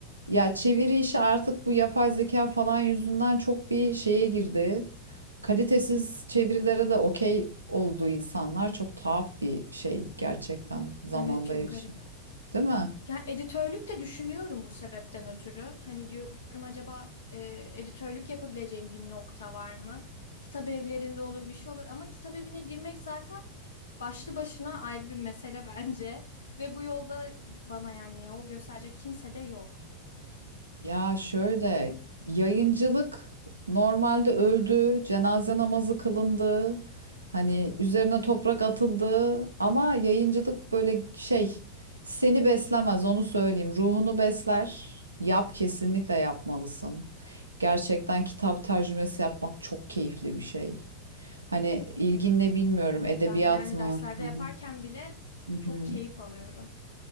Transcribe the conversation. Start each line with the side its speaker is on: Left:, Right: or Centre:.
Right: ya çeviri işi artık bu yapay zeka falan yüzünden çok bir şeye girdi. Kalitesiz çevirilere de okey oldu insanlar çok tuhaf bir şey gerçekten zamanda
Left: Evet çok
Right: yaşıyor.
Left: garip.
Right: Değil mi?
Left: Ya editörlük de düşünüyorum bu sebepten ötürü. Hani diyorum acaba e, editörlük yapabileceğim bir nokta var mı? Kitap evlerinde olur bir şey olur ama kitap evine girmek zaten başlı başına ayrı bir mesele <laughs> bence. Ve bu yolda bana yani yol gösterecek kimse de yok.
Right: Ya şöyle yayıncılık normalde öldü, cenaze namazı kılındı, hani üzerine toprak atıldı ama yayıncılık böyle şey seni beslemez onu söyleyeyim. Ruhunu besler. Yap kesinlikle yapmalısın. Gerçekten kitap tercümesi yapmak çok keyifli bir şey. Hani ilgin ne bilmiyorum
Left: Evet
Right: edebiyat
Left: ben yani
Right: mı?
Left: derslerde
Right: Hı
Left: yaparken
Right: hı.
Left: bile
Right: Hı hı.
Left: çok keyif alıyorum.